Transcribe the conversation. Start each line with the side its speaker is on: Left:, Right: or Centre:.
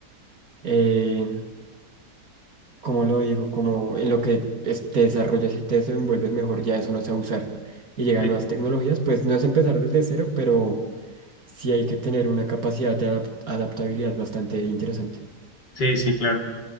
Right: eh, ¿cómo lo digo? Como en lo que es- te desarrollas y te desenvuelves mejor, ya eso no sabe usar. Y llegan
Left: Sí,
Right: nuevas tecnologías, pues no es empezar desde cero, pero sí hay que tener una capacidad de adap- adaptabilidad bastante interesante.
Left: sí, sí, claro.